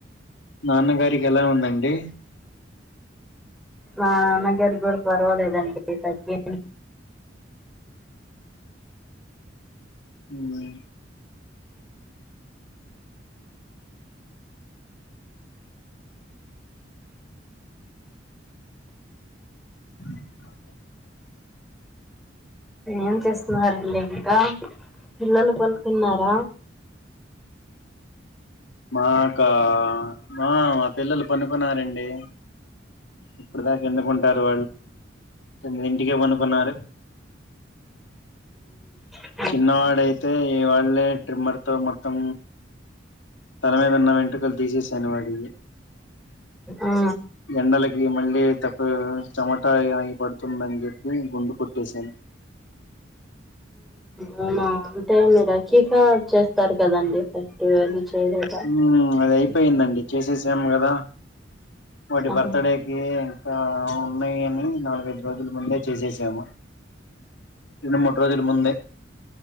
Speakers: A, on the left (about 80°); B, in the centre.
A: నాన్నగారికి ఎలా ఉందండి
B: మా నాన్నగారి కూడా పర్వాలేదండి <inaudible> తగ్గి
A: వ్మ్ ఆ
B: ఏం చేస్తున్నారంండి ఇంకా పిల్లలు పలుకున్నారా
A: మాకా మా మా పిల్లలు పనుకున్నారండి ఇప్పుడు దాకా ఎందుకుంటారు తొమ్మిది ఇంటికే పండుకున్నారు
B: ఆహ
A: చిన్నవాడయితే ఈ వాళ్ళే ట్రిమ్మర్ తో మొత్తం తనమీదున్న వెంట్రుకలు తీసేసాను వాడియి
B: ఆ
A: ఈ ఎండాలకి మళ్ళీ టేప్ ప చెమటా అగి అగి పడుతుంది అని చెప్పి గుండు కొట్టేసాను
B: అవునా అంటే మీరుఖీగా చేస్తారు కదండి ఫస్ట్ అది <unintelligible>
A: వ్మ్ అది అయిపోయిందండి చేసేసాం కదా వాటి
B: ఆహా
A: బర్త్డే ఏ ఇంకా ఉన్నాయి అని నాలుగైదు రోజుల ముందే చేసేసాము ఇగ మూడు రోజులు ముందే